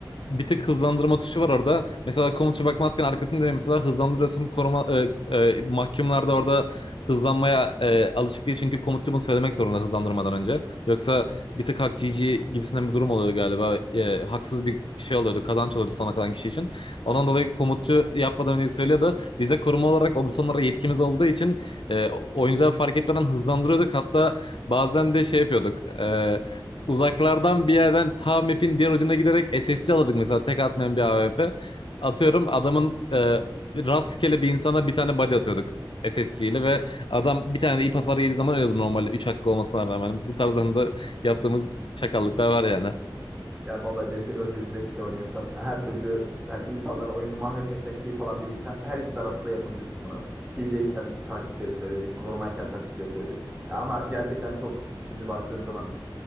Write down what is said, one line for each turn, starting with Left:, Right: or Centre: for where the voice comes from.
Left: Bir tık hızlandırma tuşu var orada. Mesela komuta bakmazken arkasını dönüyor. Mesela hızlandırıyorsun koruma e, e, mahkumlar da orada hızlanmaya e, alışık değil. Çünkü komutçumu söylemek zorunda hızlandırmadan önce. Yoksa bir tık hak GG gibisinden bir durum oluyordu galiba. E, haksız bir şey oluyordu. Kazanç oluyordu sona kalan kişi için. Ondan dolayı komutçu yapmadan önce söylüyordu. Bize koruma olarak o butonlara yetkimiz olduğu için e, oyuncular fark etmeden hızlandırıyorduk. Hatta bazen de şey yapıyorduk. E, Uzaklardan bir yerden ta map'in diğer ucuna giderek SSC alacak mesela tek atmayan bir AWP. Atıyorum adamın e, rastgele bir insana bir tane body atıyorduk SSC ile ve adam bir tane de ip hasarı yediği zaman ölüyordu normalde 3 hakkı olmasına rağmen. Bu tarzında yaptığımız çakallıklar var yani.
Right: Ya vallahi CS:GO Jailbreak'te oynuyorsan her türlü yani insanların oyununu mahvetmekten keyif alan biriysen her iki tarafta da yapabilirsin bunu. T'deyken taktikleri söyledik, korumayken taktikleri söyledik. Ya ama gerçekten çok şimdi baktığım zaman